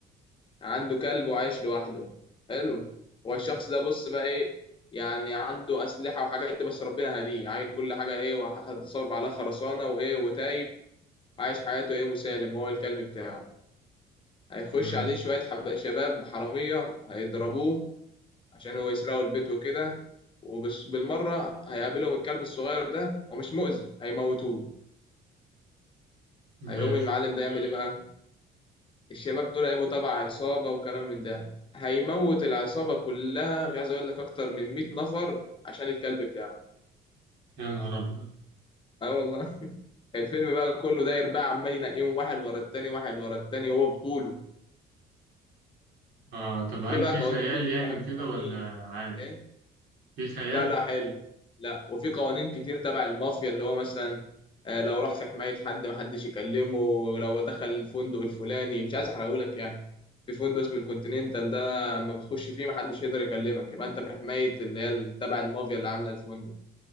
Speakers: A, on the left; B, on the right.
A: عنده كلب وعايش لوحده حلو هو الشخص ده بص بقى ايه يعني عنده أسلحة وحاجات بس ربنا هديه عاين كل حاجة ايه وهتصرف عليها خرسانة وايه وتايب عايش حياته ايه مسالم هو الكلب بتاعه هيخش
B: ماشي
A: عليه شوية حب... شباب حرامية هيضربوه عشان هو يسرقوا البيت وكده وبالمرة هيقابلهم الكلب الصغير ده ومش مؤذي هيموتوه هيقوم
B: ماشي
A: المعلم ده يعمل ايه بقى الشباب دول هيبقوا تبع عصابة وكلام من ده هيموت العصابة كلها مش عايز أقول لك أكتر من 100 نفر عشان الكلب بتاعه
B: يا نهار أبيض
A: اه والله <laughs> الفيلم بقى كله داير بقى عمال ينقيهم واحد ورا التاني واحد ورا التاني وهو بطوله
B: آه طب هل
A: في بقى
B: في
A: قوانين
B: خيال
A: في
B: يعني
A: بقى
B: وكده
A: قوانين
B: ولا عادي؟
A: إيه؟
B: في خيال؟
A: لا لا حلو لا وفي قوانين كتير تبع المافيا اللي هو مثلا آه، لو راح في حماية حد محدش يكلمه ولو دخل الفندق الفلاني مش عايز احرقهولك يعني في فندق اسمه الكونتيننتال ده اما بتخش فيه محدش يقدر يكلمك يبقى انت في حماية اللي هي ال- تبع المافيا اللي عاملة الفندق